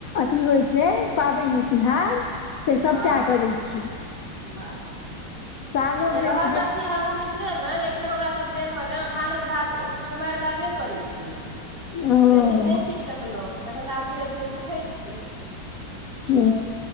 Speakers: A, on the left (about 65°); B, on the right (about 30°).
A: अथी होइ छै पाबनि तिहार से सभटा
B: हँ
A: करै छी
B: वाह
A: सालो
B: नहि
A: भरिमे
B: रहल
A: जे
B: तऽ छी हमूँ मिथिल मिथिले मे लेकिन हमरा सब बेरमे ने भानस भात कुमारि बारि नहि करै छलै हेँ
A: हूँ
B: ओते चीज नहि सीख सकलहुँ तखन तऽ आब धीरे धीर सिख देखै छी
A: हू